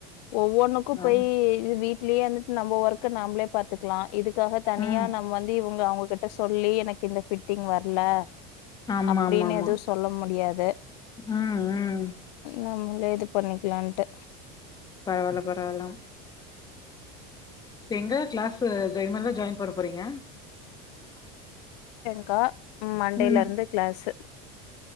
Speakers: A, on the left; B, on the left.
A: ஒவ்வொன்னுக்கு போய்
B: அது
A: இது வீட்லயேந்துட்டு நம்ம ஒர்க் கு நாம்ளே பாத்துக்லா இதுக்காக தனியா
B: ம்.
A: நம் வந்து இவுங்க அவுங்ககிட்ட சொல்லி எனக்கு இந்த ஃபிட் டிங் வர்ல
B: ஆமாமாமா.
A: அப்டினு எது சொல்ல முடியாது
B: ம், ம்.
A: நம்மளே இது பண்ணிக்கலான்ட்டு
B: பரவால்ல பரவால்ல இப்ப எங்க கிளாஸ் ஜயமாம் ஜாயின் பண்ண போறீங்க
A: க்கா மண்டேல
B: ம்.
A: இருந்து class